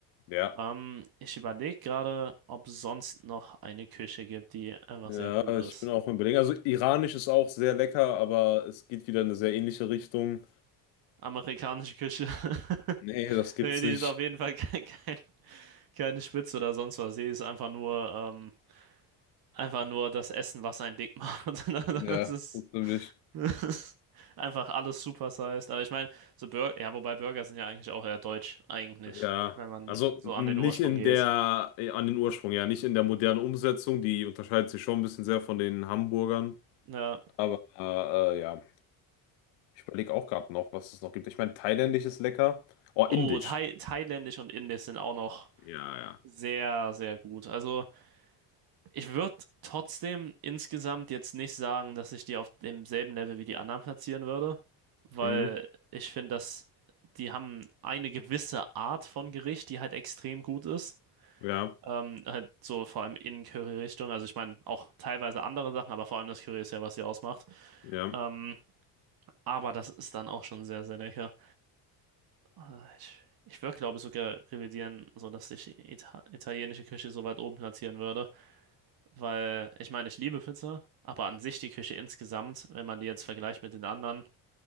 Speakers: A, on the left; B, on the right.
A: ja.
B: Ähm, ich überlege gerade, ob es sonst noch eine Küche gibt, die einfach
A: Ja,
B: sehr gut ist.
A: ich bin auch im Überlegen. Also iranisch ist auch sehr lecker, aber es geht wieder in eine sehr ähnliche Richtung.
B: Amerikanische Küche. <laughs>
A: Nee, das gibt's
B: Nee, die
A: nicht.
B: ist auf jeden Fall <laughs> kein, kein, keine Spitze oder sonst was. Die ist einfach nur, ähm, einfach nur das Essen, was einen dick macht. <laughs>
A: Ja,
B: Das ist,
A: natürlich.
B: das ist einfach alles supersized. Aber ich meine, so Burger, ja, wobei Burger sind ja eigentlich auch eher deutsch, eigentlich,
A: Ja,
B: wenn man
A: also
B: so
A: nicht
B: an den Ursprung
A: in
B: geht.
A: der, äh, an den Ursprung, ja, nicht in der modernen Umsetzung. Die unterscheidet sich schon ein bisschen sehr von den Hamburgern.
B: Ja.
A: Aber äh, äh, ja, ich überlege auch gerade noch, was es noch gibt. Ich meine, thailändisch ist lecker. Oh,
B: Oh,
A: indisch.
B: Thai, thailändisch und indisch sind auch noch
A: Ja, ja.
B: sehr, sehr gut. Also. Ich würde trotzdem insgesamt jetzt nicht sagen, dass ich die auf demselben Level wie die anderen platzieren würde, weil
A: Mhm.
B: ich finde, dass die haben eine gewisse Art von Gericht, die halt extrem gut ist.
A: Ja,
B: Ähm, halt so vor allem in Curry-Richtung. Also ich meine auch teilweise andere Sachen, aber vor allem das Curry ist ja, was sie ausmacht.
A: ja.
B: Ähm, aber das ist dann auch schon sehr, sehr lecker. Äh, Ich, ich würde, glaube ich, sogar revidieren, so dass ich Ita italienische Küche so weit oben platzieren würde. Weil, ich meine, ich liebe Pizza, aber an sich die Küche insgesamt, wenn man die jetzt vergleicht mit den anderen,